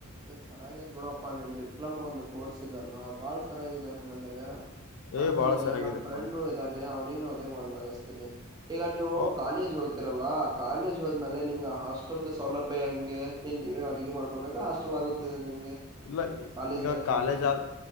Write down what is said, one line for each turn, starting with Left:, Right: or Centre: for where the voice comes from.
Right: ಸರ್ಯಾಗಿದೆ ಬಿಡಪ್ಪಾ ನಿಮ್ ಡಿಪ್ಲೊಮೊ ಒಂದು ಕೋರ್ಸ್ ಇದೆ ಅಲ್ಲ ಬಾಳ್ ಸರಿಯಾಗಿದೆ ಹಂಗಂದ್ರೆ
Left: ಏ
Right: ಹಂಗಂದ್ರೆ
Left: ಬಾಳ ಸರಿಯಾಗಿದೆಪ್ಪಾ
Right: ನಮ್ ಫ್ರೆಂಡ್ ಇದ್ದಾನೆ ಅವ್ನಿಗ್ ಅದೇ ಮಾಡ್ಲಾಕಸ್ತೀನಿ ಈಗ ನೀವು
Left: ಓ
Right: ಕಾಲೇಜ್ ಹೋಗ ಹೋಗ್ತಿರಲ್ಲ ಕಾಲೇಜ್ ಹೋದ್ಮೇಲೆ ನಿಮ್ಗೆ ಹಾಸ್ಟೆಲ್ ಸೌಲಭ್ಯ ಹೆಂಗೆ ಏನ್ ನೀವೇ ಅಡುಗೆ ಮಾಡ್ಕೋಬೇಕಾ ಚಲೋ ಆಗುತ್ತಿದೆ ನಿಮ್ಗೆ
Left: ಇಲ್ಲ
Right: ಕಾಲೇಜ್
Left: ಈಗ
Right: ಲೈಫ್
Left: ಕಾಲೇಜ್
Right: ಅಲ್ಲಿ
Left: ಆದ್